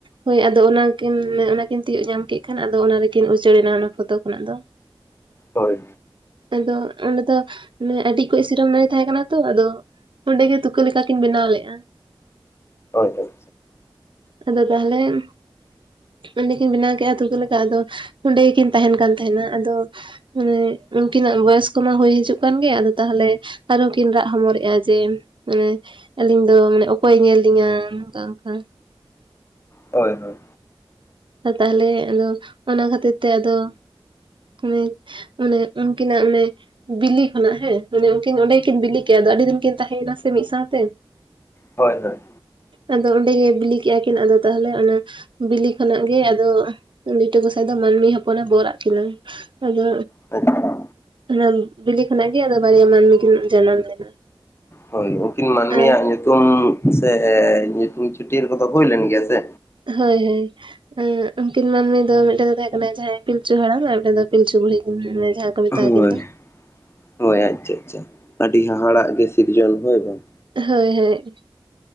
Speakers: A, on the right; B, on the left.
A: ᱦᱳᱭ ᱟᱫᱚ ᱚᱱᱟᱠᱤᱱ ᱚᱱᱟᱠᱤᱱ ᱛᱤᱭᱳᱜ ᱧᱟᱢ ᱠᱮᱫ ᱠᱷᱟᱱ ᱟᱫᱚ ᱚᱱᱟ ᱨᱮᱠᱤᱱ ᱩᱪᱟᱹᱲᱮᱱᱟ ᱚᱱᱟ ᱯᱷᱚᱛᱚ ᱠᱷᱚᱱᱟᱜ ᱫᱚ।
B: ᱦᱳᱭ।
A: ᱟᱫᱚ ᱚᱸᱰᱮ ᱫᱚ ᱟᱹᱰᱤ ᱚᱠᱚᱡ ᱥᱤᱨᱚᱢ ᱱᱟᱲᱤ ᱛᱟᱸᱦᱮ ᱠᱟᱱᱟ ᱛᱚ ᱟᱫᱚ, ᱚᱸᱰᱮᱜᱮ ᱛᱩᱠᱟᱹ ᱞᱮᱠᱟᱠᱤᱱ ᱵᱮᱱᱟᱣ ᱞᱮᱫᱼᱟ᱾
B: ᱦᱳᱭ ᱦᱳᱭ᱾
A: ᱟᱫᱚ ᱛᱟᱦᱚᱞᱮ ᱚᱸᱰᱮ ᱠᱤᱱ ᱵᱮᱱᱟᱣ ᱠᱮᱫᱼᱟ ᱛᱩᱠᱟ ᱞᱮᱠᱟ ᱟᱫᱚ ᱚᱸᱰᱮ ᱜᱮᱠᱤᱱ ᱛᱟᱸᱦᱮᱱ ᱠᱟᱱ ᱛᱟᱸᱦᱮᱱᱟ ᱟᱫᱚ। ᱢᱟᱱᱮ ᱩᱱᱠᱤᱱᱟᱜ ᱵᱚᱭᱮᱥ ᱠᱚᱢᱟ ᱦᱩᱭ ᱦᱤᱡᱩᱜ ᱠᱟᱱ ᱜᱮ ᱟᱫᱚ ᱛᱟᱦᱚᱞᱮ, ᱟᱨᱦᱚᱸ ᱠᱤᱱ ᱨᱟᱜ ᱦᱚᱢᱚᱨᱮᱫᱼᱟ ᱡᱮ ᱢᱟᱱᱮ, ᱟᱹᱞᱤᱧ ᱫᱚ ᱢᱟᱱᱮ ᱚᱠᱚᱭ ᱧᱮᱞ ᱞᱤᱧᱟ ᱚᱝᱠᱟ ᱚᱝᱠᱟ᱾
B: ᱦᱳᱭ ᱦᱳᱭ᱾
A: ᱛᱟᱦᱚᱞᱮ ᱟᱫᱚ ᱚᱱᱟ ᱠᱷᱟᱹᱛᱤᱨ ᱛᱮ ᱟᱫᱚ, ᱢᱟᱱᱮ ᱚᱱᱮ ᱩᱱᱠᱤᱱᱟᱜ ᱚᱱᱮ, ᱵᱤᱞᱤ ᱠᱷᱚᱱᱟᱜ ᱦᱮᱸ, ᱚᱱᱮ ᱩᱱᱠᱤᱱ ᱚᱸᱰᱮᱠᱤᱱ ᱵᱤᱞᱤ ᱠᱮᱫᱼᱟ ᱟᱫᱚ ᱟᱹᱰᱤ ᱫᱤᱱ ᱠᱤᱱ ᱛᱟᱸᱦᱮᱭ ᱮᱱᱟ ᱥᱮ ᱢᱤᱫ ᱥᱟᱸᱣᱛᱮ᱾
B: ᱦᱳᱭ ᱦᱳᱭ᱾
A: ᱟᱫᱚ ᱚᱸᱰᱮ ᱜᱮ ᱵᱤᱞᱤ ᱠᱮᱫ-ᱟ ᱠᱤᱱ ᱟᱫᱚ ᱛᱟᱦᱚᱞᱮ ᱚᱱᱟ ᱵᱤᱞᱤ ᱠᱷᱚᱱᱟᱜ ᱜᱮ ᱟᱫᱚ ᱞᱤᱴᱟᱹ ᱜᱚᱸᱥᱟᱭ ᱫᱚ ᱢᱟᱹᱱᱢᱤ ᱦᱚᱯᱚᱱ ᱮ ᱵᱚᱨ ᱟᱜ ᱠᱤᱱᱟᱹ ᱟᱫᱚ,
B: ᱟᱪᱪᱷᱟ
A: ᱚᱱᱟ ᱵᱤᱞᱤ ᱠᱷᱚᱱᱟᱜ ᱜᱮ ᱟᱫᱚ ᱵᱟᱨᱭᱟ ᱢᱟᱹᱱᱢᱤ ᱠᱤᱱ ᱡᱟᱱᱟᱢ ᱞᱮᱱᱟ᱾
B: ᱦᱳᱭ, ᱩᱱᱠᱤᱱ ᱢᱟᱹᱱᱢᱤᱭᱟᱜ
A: ᱟᱨ
B: ᱧᱩᱛᱩᱢ ᱥᱮ ᱧᱩᱛᱩᱢ ᱪᱷᱟᱹᱴᱤᱭᱟᱹᱨ ᱠᱚᱫᱚ ᱦᱩᱭ ᱞᱮᱱ ᱜᱮᱭᱟ ᱥᱮ?
A: ᱦᱳᱭ ᱦᱳᱭ᱾ ᱩᱱᱠᱤᱱ ᱢᱟᱹᱱᱢᱤ ᱫᱚ ᱢᱤᱫᱴᱮᱱ ᱫᱚ ᱛᱟᱸᱦᱮ ᱠᱟᱱᱟ ᱡᱟᱸᱦᱟᱭ ᱯᱤᱞᱪᱩ ᱦᱟᱲᱟᱢ ᱟᱨ ᱢᱤᱫᱴᱮᱱ ᱫᱚ ᱯᱤᱞᱪᱩ ᱵᱩᱲᱦᱤ ᱡᱟᱸᱦᱟ ᱫᱚ,
B: ᱦᱳᱭ
A: ᱛᱟᱠᱤᱱ ᱫᱚ᱾
B: ᱦᱳᱭ ᱟᱪᱪᱷᱟ ᱟᱪᱪᱷᱟ ᱟᱹᱰᱤ ᱦᱟᱦᱟᱲᱟᱜ ᱜᱮ ᱥᱤᱨᱡᱚᱱ ᱦᱳᱭ ᱵᱟᱝ?
A: ᱦᱳᱭ ᱦᱳᱭ